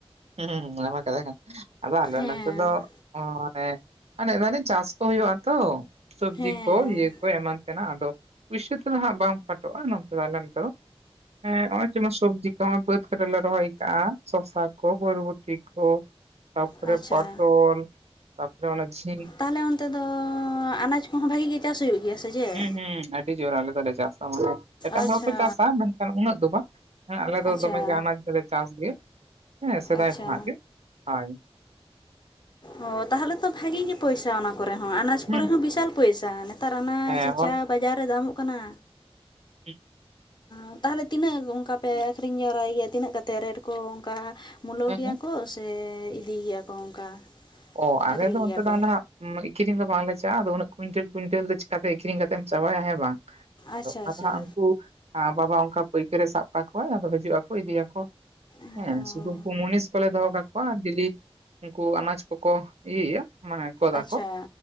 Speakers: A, on the right; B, on the left.
A: ᱦᱮᱸᱦᱮᱸ ᱚᱱᱟᱢᱟ ᱠᱟᱛᱷᱟ ᱠᱟᱱ, ᱟᱫᱚ ᱟᱞᱮ
B: ᱦᱮᱸ
A: ᱱᱚᱛᱮ ᱫᱚ ᱚᱻᱱᱮ ᱟᱱᱮᱡ ᱫᱷᱟᱱᱮᱡ ᱪᱟᱥ ᱠᱚ ᱦᱩᱭᱩᱜᱼᱟ ᱛᱚ᱾ ᱥᱚᱵᱽᱡᱤ
B: ᱦᱮᱸ
A: ᱠᱚ ᱤᱭᱟᱹ ᱠᱚ ᱮᱢᱟᱱ ᱛᱮᱱᱟᱜ ᱟᱫᱚ ᱯᱩᱭᱥᱟᱹ ᱛᱮᱫᱚ ᱦᱟᱸᱜ ᱵᱟᱢ ᱯᱷᱟᱴᱚᱜᱼᱟ ᱱᱚᱛᱮ ᱫᱚ ᱟᱞᱮ ᱱᱚᱛᱮ ᱫᱚ᱾ ᱦᱮᱸ ᱦᱚᱜᱼᱚᱭ ᱡᱮᱢᱚᱱ ᱥᱚᱵᱽᱡᱤ ᱠᱚ ᱵᱟᱹᱫᱽ ᱠᱚᱨᱮᱞᱮ ᱨᱚᱦᱚᱭ ᱟᱠᱟᱜᱼᱟ ᱥᱚᱥᱟ ᱠᱚ ᱵᱷᱚᱨᱵᱷᱚᱴᱤ ᱠᱚ ᱛᱟᱯᱚᱨᱮ
B: ᱟᱪᱪᱷᱟ
A: ᱯᱚᱴᱚᱞ ᱛᱟᱯᱚᱨᱮ ᱚᱱᱮ ᱡᱷᱤ
B: ᱛᱟᱦᱚᱞᱮ ᱚᱱᱛᱮ ᱫᱚᱻ ᱟᱱᱟᱡ ᱠᱚᱷᱚᱸ ᱵᱷᱟᱜᱤ ᱜᱮ ᱪᱟᱥ ᱦᱩᱭᱩᱜ ᱜᱮᱭᱟ ᱥᱮ ᱪᱮᱫ?
A: ᱦᱩᱸ ᱦᱩᱸ ᱟᱹᱰᱤ ᱡᱳᱨ ᱟᱞᱮ ᱫᱚᱞᱮ ᱪᱟᱥ ᱴᱮᱢᱟᱴᱟᱞ ᱮᱴᱟᱜ
B: ᱟᱪᱪᱷᱟ
A: ᱦᱚᱲ ᱦᱟᱸᱠᱚ ᱪᱟᱥᱟ ᱢᱮᱱᱠᱷᱟᱱ ᱩᱱᱟᱹᱜ ᱫᱚ ᱵᱟᱝ ᱦᱮᱸ ᱟᱞᱮ ᱫᱚ
B: ᱟᱪᱪᱷᱟ
A: ᱫᱚᱢᱮᱜᱮ ᱟᱱᱟᱪ ᱫᱚ ᱞᱮ ᱪᱟᱥ ᱜᱮᱭᱟ᱾ ᱦᱮᱸ ᱥᱮᱫᱟᱭ
B: ᱟᱪᱪᱷᱟ
A: ᱠᱷᱚᱱᱟᱜ ᱜᱮ ᱦᱳᱭ᱾
B: ᱚ ᱛᱟᱦᱟᱞᱮ ᱛᱚ ᱵᱷᱟᱜᱤ ᱜᱮ ᱯᱚᱭᱥᱟ ᱚᱱᱟ ᱠᱚᱨᱮ ᱦᱚᱸ ᱟᱱᱟᱡᱽ
A: ᱦᱩᱸ
B: ᱠᱚᱨᱮ ᱦᱚᱸ ᱵᱤᱥᱟᱞ ᱯᱚᱭᱥᱟ ᱚᱱᱮ ᱱᱤᱛᱟᱨ ᱟᱱᱟᱡᱽ
A: ᱦᱮᱸ
B: ᱡᱟ ᱵᱟᱡᱟᱨ ᱨᱮ ᱫᱟᱢᱚᱜ ᱠᱟᱱᱟ᱾
A: ᱦᱩᱸ
B: ᱚᱸ ᱛᱟᱦᱟᱞᱮ ᱛᱤᱱᱟᱹᱜ ᱚᱱᱠᱟ ᱯᱮ ᱟᱹᱠᱷᱨᱤᱧ ᱡᱟᱣᱨᱟᱭ ᱜᱮᱭᱟ ᱛᱤᱱᱟᱹᱜ ᱠᱟᱛᱮᱫ ᱨᱮᱴᱠᱚ ᱚᱱᱠᱟ ᱢᱩᱞᱟᱹᱣ
A: ᱦᱮᱸ
B: ᱜᱮᱭᱟ
A: ᱦᱮᱸ
B: ᱠᱚ ᱥᱮ ᱤᱫᱤ ᱜᱮᱭᱟ ᱠᱚ ᱚᱱᱠᱟ?
A: ᱚ ᱟᱞᱮ
B: ᱟᱹᱠᱷᱨᱤᱧ
A: ᱫᱚ ᱱᱚᱛᱮ
B: ᱜᱮᱭᱟᱯᱮ
A: ᱫᱚ ᱫ ᱱᱟᱦᱟᱜ ᱩᱸ ᱟᱹᱠᱷᱤᱧ ᱫᱚ ᱵᱟᱝᱞᱮ ᱪᱟᱞᱟᱜᱼᱟ ᱟᱫᱚ ᱩᱱᱟᱹᱜ ᱠᱩᱭᱱᱴᱮᱞ ᱠᱩᱭᱱᱴᱮᱞ ᱫᱚ ᱪᱤᱠᱟᱛᱮ ᱟᱹᱠᱷᱨᱤᱧ ᱠᱟᱛᱮᱢ ᱪᱟᱵᱟᱭᱟ ᱦᱮᱸ ᱵᱟᱝ᱾ ᱟᱫᱚ
B: ᱟᱪᱪᱷᱟ
A: ᱚᱱᱟ
B: ᱟᱪᱪᱷᱟ
A: ᱫᱚ ᱦᱟᱸᱜ ᱩᱱᱠᱩ ᱟᱸ ᱵᱟᱵᱟ ᱚᱱᱠᱟ ᱯᱟᱹᱭᱠᱟᱹᱨᱮ ᱥᱟᱵ ᱠᱟᱫ ᱠᱚᱣᱟᱭ ᱟᱫᱚ ᱦᱤᱡᱩᱜ ᱟᱠᱚ ᱤᱫᱤᱭᱟᱠᱚ᱾
B: ᱚ
A: ᱦᱮᱸ ᱥᱩᱫᱩ ᱩᱱᱠᱩ ᱢᱩᱱᱤᱥ ᱠᱚᱞᱮ ᱫᱚᱦᱚᱸ ᱠᱟᱠᱚᱣᱟ ᱰᱮᱞᱤ ᱩᱱᱠᱩ ᱟᱱᱟᱡᱽ ᱠᱚᱠᱚ ᱤᱭᱟᱹᱭᱟ ᱢᱟᱱᱮ ᱜᱚᱫᱟᱠᱚ᱾
B: ᱟᱪᱪᱷᱟ